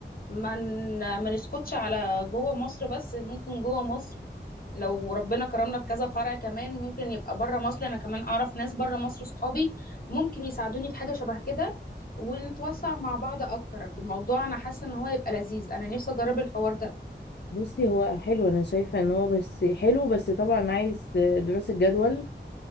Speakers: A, on the left (about 50°); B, on the left (about 65°).
A: ما ن- ما نسكتش على جوه مصر بس ممكن جوه مصر لو ربنا كرمنا بكذا فرع كمان ممكن يبقى بره مصر انا كمان اعرف ناس بره مصر صحابي ممكن يساعدوني في حاجه شبه كده ونتوسع مع بعض اكتر الموضوع انا حاسه ان هو هيبقى لذيذ انا نفسي اجرب الحوار ده
B: بصي هو حلو انا شايفه ان هو بس حلو بس طبعا عايز دراسه جدول